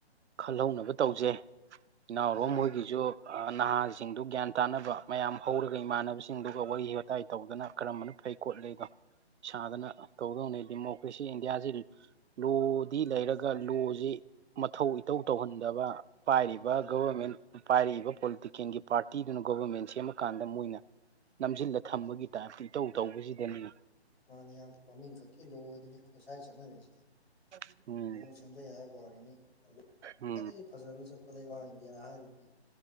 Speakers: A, on the right; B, on the left.
A: ꯈꯜꯍꯧꯅꯕ
B: ꯃꯥꯅꯤ ꯌꯥꯝ
A: ꯇꯧꯖꯩ ꯏꯅꯥꯎꯔꯣ
B: ꯌꯥꯏ
A: ꯃꯣꯏꯒꯤꯁꯨ ꯅꯍꯥꯁꯤꯡꯗꯨ ꯒ꯭ꯌꯥꯟ ꯇꯥꯅꯕ ꯃꯌꯥꯝ ꯍꯧꯔꯒ ꯏꯃꯥꯟꯅꯕꯁꯤꯡꯗꯨꯒ ꯋꯥꯔꯤ ꯋꯥꯇꯥꯏ ꯇꯧꯗꯨꯅ ꯀꯔꯝꯕꯅꯣ ꯐꯩ ꯀꯣꯠ ꯂꯩꯗꯣ ꯁꯥꯗꯅ ꯇꯧꯗꯧꯅꯦꯩ ꯗꯦꯃꯣꯀ꯭ꯔꯦꯁꯤ ꯏꯟꯗꯤꯌꯥꯁꯤ ꯂꯣꯗꯤ ꯂꯩꯔꯒ ꯂꯣꯁꯤ ꯃꯊꯧ ꯏꯊꯧꯧ ꯇꯧꯍꯟꯗꯕ ꯄꯥꯏꯔꯤꯕ
B: ꯃꯥꯅꯤ ꯃꯥꯅꯤ
A: ꯒꯣꯕꯔꯃꯦꯟ ꯄꯥꯏꯔꯛꯏꯕ ꯄꯣꯂꯤꯇꯤꯀꯦꯜꯒꯤ ꯄꯥꯔꯇꯤꯗꯨꯅ ꯒꯣꯕꯔꯃꯦꯟꯁꯤ ꯑꯃ ꯀꯥꯟꯗ ꯃꯣꯏꯅ ꯅꯝꯁꯤꯜꯂ ꯊꯝꯕꯒꯤ ꯇꯥꯏꯞꯇ ꯏꯇꯧ ꯇꯧꯕꯁꯤꯗꯅꯤ
B: ꯃꯥꯅ ꯌꯥꯝ ꯃꯃꯤꯡ ꯈꯛꯀꯤ ꯂꯨꯑꯣꯗꯅꯤ ꯑꯩꯈꯣꯏ ꯁ꯭ꯋꯥꯏ ꯆꯠꯅꯔꯤꯁꯤꯗꯤ
A: ꯎꯝ
B: ꯂꯣ ꯁꯦꯝꯖꯩ ꯍꯥꯏꯕ ꯋꯥꯔꯤꯅꯤꯋꯥꯏꯗꯒꯤ
A: ꯎꯝ
B: ꯐꯖꯅ ꯕꯥꯛ ꯏꯟꯗꯤꯌꯥ ꯍꯥꯏꯔꯤꯅꯤ